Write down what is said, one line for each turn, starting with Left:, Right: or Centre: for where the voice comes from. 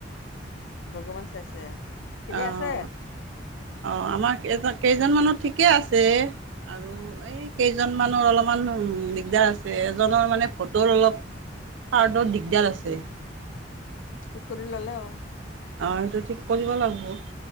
Left: দকমেনট চাইছে। ঠিকে
Right: অ অ
Left: আছে
Right: আমাৰ কেজন কেইজনমানৰ ঠিকে আছে আৰু। এই কেইজনমানৰ অলপমান দিগদাৰ আছে এজনৰ মানে ফটোৰ অলপ কাৰৰ্ডত দিগদাৰ আছে।
Left: ঠিক কৰি ল'লে হ'ল।
Right: অঁ সেইটো ঠিক কৰিব লাগিব।